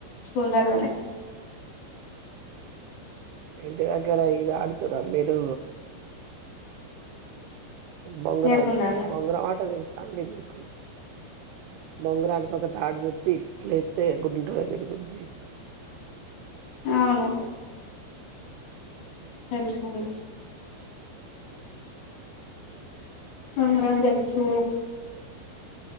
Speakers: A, on the left; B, on the right.
A: స్కూళ్లలోనే
B: ఇంటి దగ్గర ఇది ఆడుతర మీరు బొంగరం
A: ఏడుగుండాల
B: బొంగరం ఆట తెలుసా అండి మీకు బొంగరానికి ఒక తాడు చుట్టి ఇట్ల ఎత్తే గుండ్రగా తిరుగుద్ది
A: అవును తెలుసండి బొంగరం తెలుసు